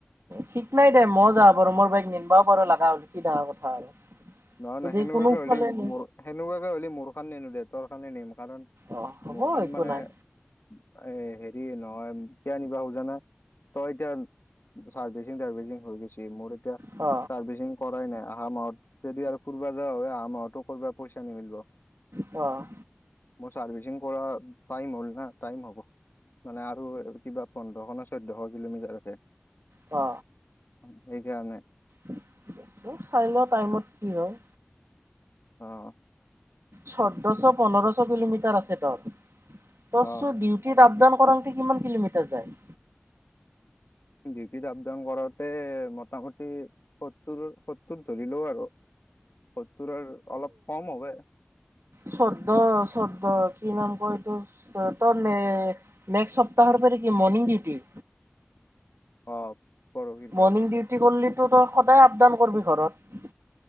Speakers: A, on the right; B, on the left.
A: ঠিক নাই দে মই যাবা পাৰোঁ, মোৰ বাইক নিনবাও পাৰো লগা হল কি কথা আৰু।
B: নহয়
A: যদি
B: নহয়, সেনেকুৱাকে
A: কোনোফালে
B: হ'লে
A: নি
B: মোৰ সেনেকুৱাকে হল মোৰ খান নিনো দে তোৰ খান নিম। মোক কাৰণ
A: অ হ'ব
B: মোৰখন
A: একো
B: মানে
A: নাই
B: এ হেৰি নহয় কিয়নিবা খোজা নাই? তই এটা চাৰ্ভিচিং টাৰ্ভিচিং হৈ গৈছে মোৰ এয়া
A: অ
B: ছাৰ্ভিচিং কৰাই নাই, অহা মাহত যদি আৰু ফোৰবা যোৱা হয়, অহা মাহতো কৰিব পইচা নিমিলিব।
A: অ
B: মোৰ চাৰ্ভিচিং কৰা টাইম হ'ল না? টাইম হ'ব মানে আৰু কিবা পোন্ধৰশ নে চৈধ্যশ কিলোমিটাৰ আছে।
A: অ
B: অ সেইকাৰণে
A: চাই লোৱা টাইমত কি হয়?
B: অ
A: চৈধ্যশ, পোন্ধৰশ কিলোমিটাৰ আছে ত, ত
B: অ
A: চউি আপ ডাউন কৰোতে কিমান কিলোমিটাৰ যায়?
B: ডিউটিত আপ ডাউন কৰোতে মোটামোটি, সত্তৰ সত্তৰ ধৰি লও আৰু, সত্তৰৰ অলপ কম হব।
A: চৰদ চৰ্দ কি নাম কয় ত তনে নেক্সট সপ্তাহৰ পৰা কি মৰ্ণিং ডিউটি?
B: অ পৰহিৰ
A: মৰ্ণিং
B: পৰাই
A: ডিউটি কৰলিতো তই সদায় আপ ডাউন কৰবি ঘৰত